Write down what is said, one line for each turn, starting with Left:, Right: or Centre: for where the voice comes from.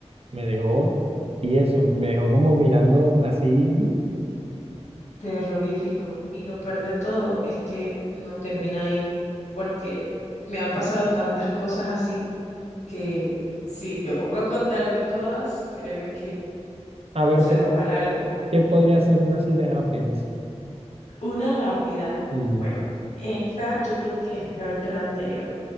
Right: me dejó, y eso, me dejó como mirando así, "Mm,
Left: terrorífico. Y lo peor de todo es que no termina ahí porque me han pasado tantas cosas así que si me pongo a contarte todas, créeme que
Right: a ver,
Left: se
Right: pero,
Left: nos va largo.
Right: ¿qué podría ser una así de rapidez?
Left: Una rápida,
Right: Sí,
Left: bueno, esta yo creo que es peor que la anterior.